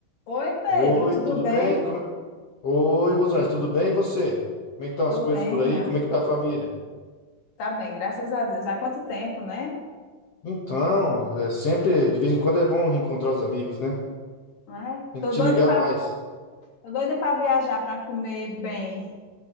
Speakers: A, on the left (about 50°); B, on the left (about 70°).
A: Oi, Pedro,
B: Oi,
A: tudo
B: tudo
A: bem?
B: bem? Como... é- Oi, Rosângela, tudo bem? E você? Como é que estão
A: Tô
B: as coisas
A: bem,
B: por aí?
A: ah,
B: Como é que tá a família?
A: tá bem, graças a Deus. Há quanto tempo, né?
B: Então, é sempre, de vez em quando é bom reencontrar os amigos, né?
A: Não é?
B: Tem
A: Tô
B: que te
A: doida
B: ligar
A: para
B: mais.
A: tô doida para viajar, para comer bem.